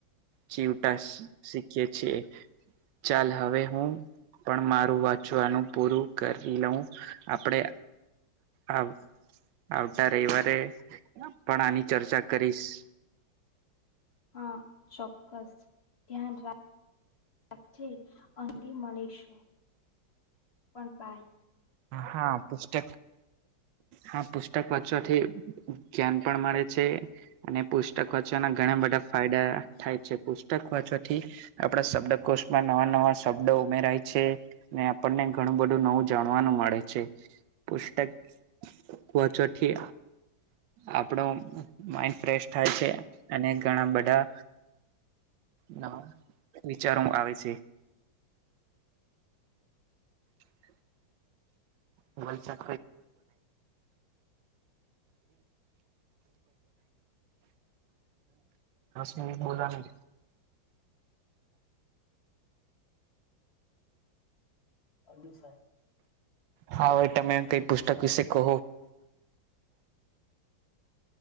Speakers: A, on the right; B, on the left.
A: જીવતા શીખીએ છીએ. ચાલ હવે હું પણ મારું વાંચવાનું પૂરું કરી લઉં આપડે આવ આવતા રવિવારે પણ આની ચર્ચા કરીશું.
B: હા ચોક્કસ ધ્યાન રાખ સાચ્ચે અર્લી મળીશું પણ બાય.
A: હા પુસ્તક હા પુસ્તક વાંચવાથી ધ્યાન પણ મળે છે. અને પુસ્તક વાંચવાના ઘણા બધા ફાયડા થાય છે. પુસ્તક વાંચવાથી આપડા શબ્ડકોષમાં નવા નવા શબ્ડ ઉમેરાય છે. ને આપણને ઘણું બધું નવું જાણ <unintelligible> મળે છે. પુસ્તક વોંચવોથી આપડો માઇન્ડ ફ્રેશ થાય છે અને ઘણા બધા નવા વિચારો આવે છે. <unintelligible> <unintelligible> હમ્મ દસ મિનિટ બોલવાનું
B: <unintelligible>
A: હા હવે તમે કઈ પુસ્તક વિશે કહો